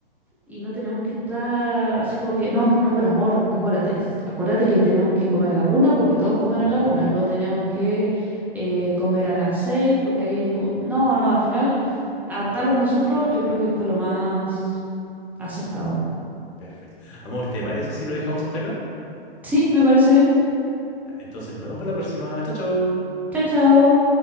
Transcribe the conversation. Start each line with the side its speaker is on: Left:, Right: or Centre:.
Centre: y no tenemos que estar así como que, no, no, pero amor, acuérdate, es- acuérdate que tenemos que comer a la una porque todos comen a
Left: Ujú.
Centre: la una, y luego tenemos que eh, comer a las seis, porque ahí es como, no, no, al final adaptarlo nosotros yo creo que fue lo más acertado.
Left: Perfecto. Amor, ¿te parece si lo dejamos hasta acá?
Centre: Sí, me parece bien.
Left: Ya, Entonces nos vemos para la próxima. Chao, chao.
Centre: Chao, chao.